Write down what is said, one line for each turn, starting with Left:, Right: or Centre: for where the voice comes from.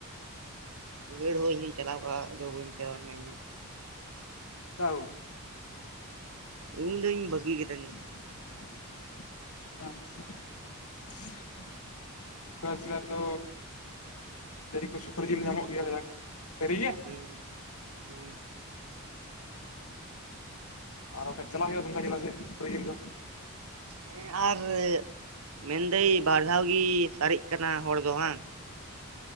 Right: ᱜᱟᱹᱲ ᱦᱚᱦᱚ ᱤᱧ ᱪᱟᱞᱟᱣ ᱠᱚᱜ-ᱟ ᱟᱫᱚ ᱵᱟᱹᱧ ᱪᱟᱞᱟᱣ ᱞᱮᱱᱟ ᱤᱧ ᱫᱚ᱾
Left: ᱛᱟᱣ
Right: ᱤᱧ ᱫᱚᱩᱧ ᱵᱟᱹᱜᱤ ᱠᱟᱫᱟ ᱧᱩ ᱾
Left: <unintelligible> ᱫᱩᱢᱠᱟ ᱡᱮᱞᱟ ᱨᱮᱫᱚ ᱞᱟᱹᱭ ᱟᱠᱚ ᱥᱩᱠᱨᱤ ᱡᱤᱞ ᱧᱟᱢᱚᱜ ᱜᱮᱭᱟ ᱠᱟᱡᱟᱠ ᱥᱟᱹᱨᱤ ᱜᱮᱭᱟ?
Right: <inaudible>
Left: ᱟᱨ ᱵᱟᱠᱷᱟᱡ ᱪᱟᱞᱟ ᱦᱩᱭᱩᱜ-ᱟ ᱫᱩᱢᱠᱟ ᱡᱮᱞᱟ ᱥᱮᱫ ᱥᱩᱠᱨᱤ ᱡᱤᱞ ᱡᱚᱢ ᱾
Right: ᱦᱮᱸ ᱟᱨ ᱢᱮᱱᱫᱟᱹᱧ ᱵᱟᱨ ᱫᱷᱟᱣ ᱜᱮ ᱥᱟᱨᱮᱡ ᱠᱟᱱᱟ ᱦᱚᱲ ᱫᱚ ᱵᱟᱝ?